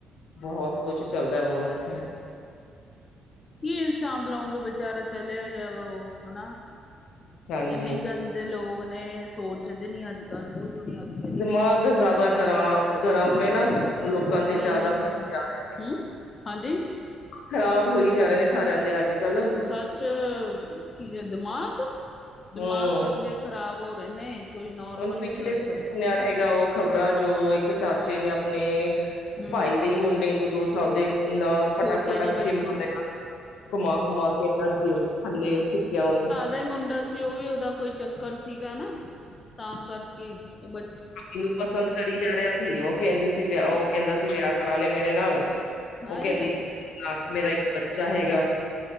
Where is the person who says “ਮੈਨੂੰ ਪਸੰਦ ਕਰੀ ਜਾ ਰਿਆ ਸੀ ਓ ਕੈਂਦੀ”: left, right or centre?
Left